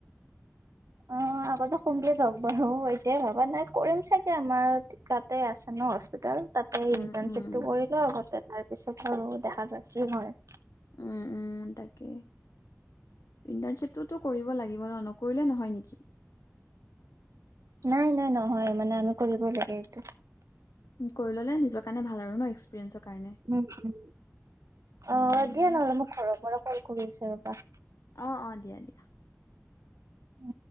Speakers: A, on the right; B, on the left.
A: অ' আগতে কোম্প্লিট হওঁক বাৰু, এতিয়াই ভবা নাই, কৰিম চাগে আমাৰ তাতে আছে ন' হস্পিতাল। তাতে
B: উম,
A: ইন্টাৰ্ণশ্বিপটো
B: উম,
A: কৰিলও আগতে তাৰপিছত আৰু দেখা যায় কি হয়।
B: উম, উম, তাকে। ইণ্টাৰ্ণশ্বিপটোতো কৰিব লাগিব ন' নকৰিলে নহয় নেকি?
A: নাই নাই নহয় মানে আমি কৰিবই লাগে এইটো।
B: কৰি ল'লে নিজৰ কাৰণে ভাল আৰু ন' এক্স প্ৰিন্সৰ কাৰণে।
A: উম, উম।
B: উম,
A: অ' দিয়া নহ'লে মোক ঘৰৰ পৰা কল কৰি আছে ৰ'বা।
B: অ', অ' দিয়া দিয়া।
A: উ